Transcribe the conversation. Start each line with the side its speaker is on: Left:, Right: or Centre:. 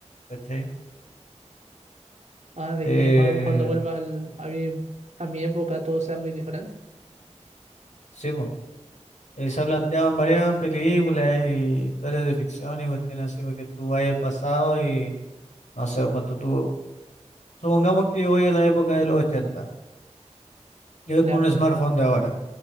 Left: ¿cachai?
Right: ah, de
Left: Te-
Right: que cua- cuando, vuelva al- a mi, a mi época todo sea muy diferente.
Left: Sí, po. Eh, se ha planteado en varias películas y historias de ficción y cuestiones así, porque tú vas al pasado y no sé cuánto tú. Supongamos que yo voy a la época de los 80. yo voy
Right: Ya,
Left: con un smartphone de ahora,